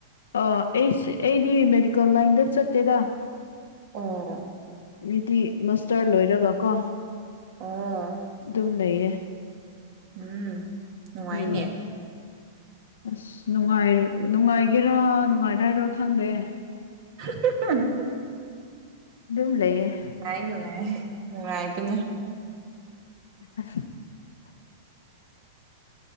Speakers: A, on the left; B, on the right.
A: ꯑ ꯑꯩ ꯑꯩꯗꯤ ꯃꯦꯗꯤꯀꯦꯜ ꯂꯥꯏꯟꯗ ꯆꯠꯇꯦꯗ
B: ꯑꯣ
A: ꯑꯗꯨꯗꯤ ꯃꯁꯇꯔ ꯂꯣꯏꯔꯒ ꯀꯣ
B: ꯑꯣ
A: ꯑꯗꯨꯝ ꯂꯩꯌꯦ
B: ꯎꯝ ꯅꯨꯡꯉꯥꯏꯅꯦ
A: ꯎꯝ ꯑꯁ ꯅꯨꯡꯉꯥꯏ ꯅꯨꯡꯉꯥꯏꯒꯦꯔꯥ ꯅꯨꯡꯉꯥꯏꯔ ꯍꯥꯏꯔꯣꯏ ꯈꯪꯗꯦ
B: <inaudible>
A: ꯑꯗꯨꯝ ꯂꯩꯌꯦ
B: ꯅꯨꯡꯉꯥꯏ ꯅꯨꯡꯉꯥꯏꯕꯅꯤ
A: <unintelligible>